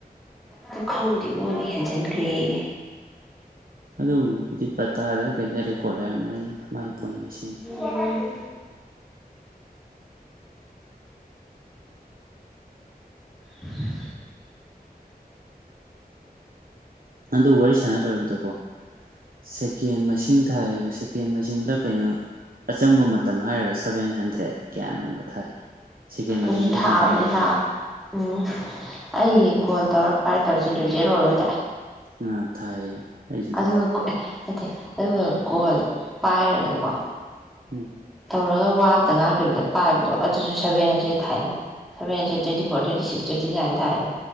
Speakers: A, in the centre; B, on the right (about 65°).
A: ꯑꯗꯨ ꯈꯪꯗꯦ ꯃꯣꯏꯅ ꯍꯦꯟꯖꯤꯟꯈ꯭ꯔꯦꯑꯦ
B: ꯑꯗꯨ ꯍꯧꯖꯤꯛ ꯄꯇꯥꯗ ꯀꯩꯗ ꯔꯦꯀꯣꯠ ꯂꯩꯔꯝꯒꯅꯤꯗꯥ ꯃꯥꯏ ꯄꯣꯏꯟ ꯃꯁꯤꯡ
A: ꯎꯝ ꯎꯝ
B: ꯑꯗꯨ ꯋꯥꯔꯤ ꯁꯥꯟꯅ ꯂꯣꯏꯔꯕꯗꯀꯣ ꯁꯦꯀꯦꯟ ꯃꯁꯤꯡ ꯊꯥꯏꯕ ꯁꯦꯀꯦꯟ ꯃꯁꯤꯡ ꯁꯤꯡꯗ ꯀꯩꯅꯣ ꯑꯆꯪꯕ ꯃꯇꯝ ꯍꯥꯏꯔꯒ ꯁꯚꯦꯟ ꯍꯟꯗ꯭ꯔꯦꯗ ꯀꯌꯥꯅꯣꯝꯒ ꯊꯥꯏ ꯁꯦꯀꯦꯟ ꯃꯁꯤꯡꯂ
A: ꯎꯝ ꯊꯥꯕꯅꯦ
B: ꯀꯩꯅꯣ ꯒ꯭ꯌꯥꯟ ꯇꯥꯗꯦ
A: ꯊꯥꯕ ꯎꯝ ꯑꯩꯒꯤ ꯀꯣꯜ ꯇꯧꯔꯛ ꯚꯥꯏ ꯇꯧꯁꯤꯟꯗꯣꯏꯁꯦꯔꯣꯜꯂꯣꯏꯗ꯭ꯔꯦ
B: ꯎ ꯊꯥꯏꯌꯦ ꯑꯩꯁꯨ
A: ꯑꯗꯨꯒ
B: ꯊꯥꯏ
A: ꯑꯦ ꯅꯠꯇꯦ ꯑꯗꯨꯒ ꯀꯣꯜ ꯄꯥꯏꯔꯒꯀꯣ
B: ꯎꯝ
A: ꯇꯧꯔꯒ ꯋꯥꯕꯇ ꯉꯥꯡꯗꯕꯤꯗ ꯄꯥꯏꯕꯗꯣ ꯑꯗꯨꯁꯨ ꯁꯚꯦꯟ ꯍꯟꯗ꯭ꯔꯦꯗ ꯊꯥꯏꯅꯣ seven hundred twenty four twenty six twenty nine ꯊꯥꯏꯅꯣ